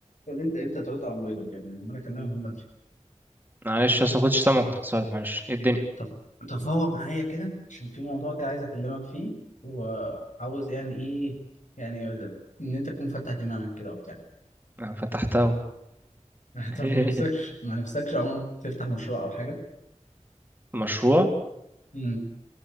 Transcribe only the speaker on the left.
يا ابني انت امتى ترد على مريضك يا ابني لما انا اكلمك من بدري
طب هو معايا كده عشان في موضوع كده عايز اكلمك فيه وعاوز يعني ايه يعني ان انت تكون فتح دماغك كده وبتاع <laughs>
طب ما نفسكش ما نفسكش عمر تفتح مشروع او حاجه
امم